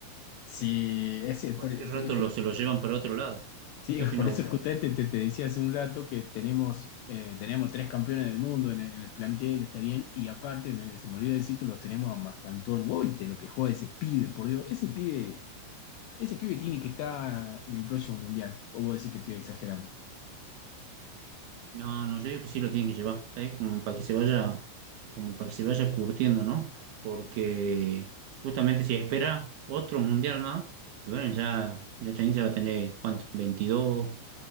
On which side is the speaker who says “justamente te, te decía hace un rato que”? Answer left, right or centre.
Left